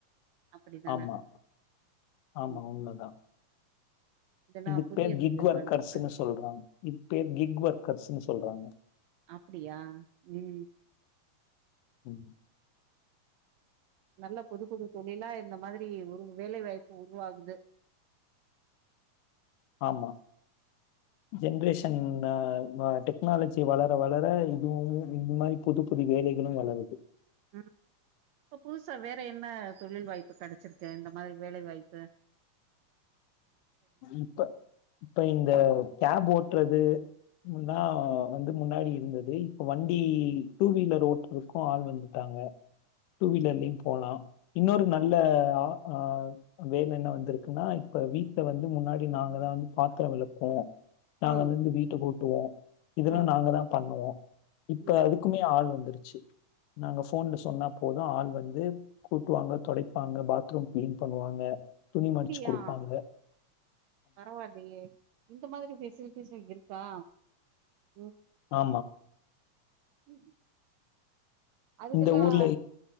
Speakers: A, on the right (about 80°); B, on the left (about 85°).
A: அப்படிதான
B: ஆமா ஆமா
A: ம்
B: உண்மைதான்
A: இதெல்லா
B: இது
A: புதிய
B: பேர் கிக்
A: தொழில்
B: ஒர்க்கர்ஸ்ன்னு
A: வாலிப்புகள்
B: சொல்றாங்க இது பேர் கிக் ஒர்க்கர்ஸ்ன்னு சொல்றாங்க
A: அப்படியா ம்
B: ம்.
A: நல்ல புது புது தொழிலா இந்த மாதிரி ஒரு வேலை வாய்ப்பு உருவாகுது
B: ஆமா ஜென்ரேஷன் நா டெக்னாலஜி வளர வளர இதுவும் இந்த மாதிரி புது புது வேலைகளும் வளருது
A: இப்ப புதுசா வேற என்ன தொழில் வாய்ப்பு கிடைச்சிருக்கு இந்த மாதிரி வேலைவாய்ப்பு
B: இப்ப இப்ப இந்த கேப் ஓட்றது முன்னா வந்து முன்னாடி இருந்தது இப்ப வண்டி டூ வீலர் ஓட்டுறதுக்கும் ஆள் வந்துட்டாங்க டூ வீலர்லயும் போலாம் இன்னொரு நல்ல ஆ வேலை என்ன வந்திருக்குன்னா இப்ப வீட் வந்து முன்னாடி நாங்கதான் வந்து பாத்திரம் விளக்குவோம் நாங்க
A: ம்
B: வந்து வீட்டை போட்டுவோம் இதெல்லாம்
A: ம்
B: நாங்க தான் பண்ணுவோம் இப்ப
A: ம்
B: அதுக்குமே ஆள் வந்துருச் நாங்க போன்ல சொன்னா போதும் ஆள் வந்து கூட்டுவாங்க தொடைப்பாங்க பாத்ரூம் கிளீன் பண்ணுவாங்க துணி மடிச்சு
A: அப்படியா
B: கொடுப்பாங்க
A: பரவாயில்லையே இந்த மாதிரி பெபசிலிட்டிசும் இருக்கா ம்
B: ஆ
A: உம் அதுக்கெல்லாம்
B: இந்த ஊர்ல